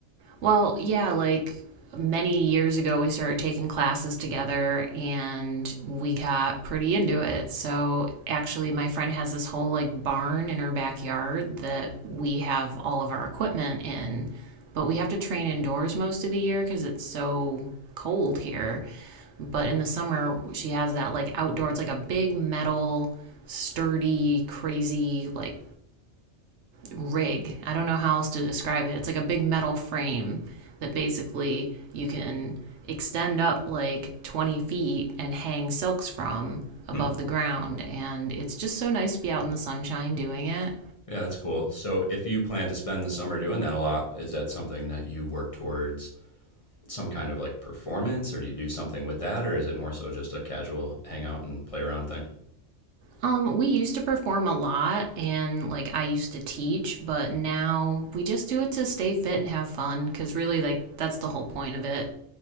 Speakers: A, on the right; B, on the left.
A: Well, yeah, like many years ago, we started taking classes together and we got pretty into it. So, actually, my friend has this whole like barn in her backyard that we have all of our equipment in, but we have to train indoors most of the year because it's so cold here. But in the summer, she has that like outdoor, it's like a big metal, sturdy, crazy, like rig. I don't know how else to describe it. It's like a big metal frame that basically you can extend up like 20 feet and hang silks from above
B: Hmm.
A: the ground. And it's just so nice to be out in the sunshine doing it.
B: Yeah, that's cool. So, if you plan to spend the summer doing that a lot, is that something that you work towards some kind of like performance, or do you do something with that, or is it more so just a casual hangout and play around thing?
A: Um, we used to perform a lot and like I used to teach, but now we just do it to stay fit and have fun because really, like, that's the whole point of it.